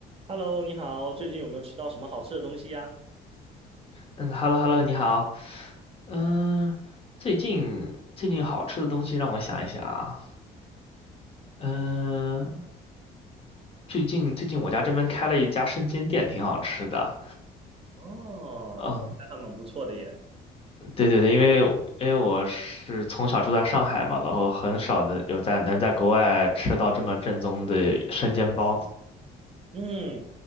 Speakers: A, on the right; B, on the left.
A: Hello，你好，最近有没有吃到什么好吃的东西呀？
B: 嗯，hello hello，你好。嗯，最近最近好吃的东西让我想一想啊。嗯，最近最近我家这边开了一家生煎店，挺好吃的。
A: 哦，
B: 嗯，
A: 那还蛮不错的耶。
B: 对对对，因为我因为我是从小住在上海嘛，然后很少的有在能在国外吃到这么正宗的生煎包。
A: 嗯，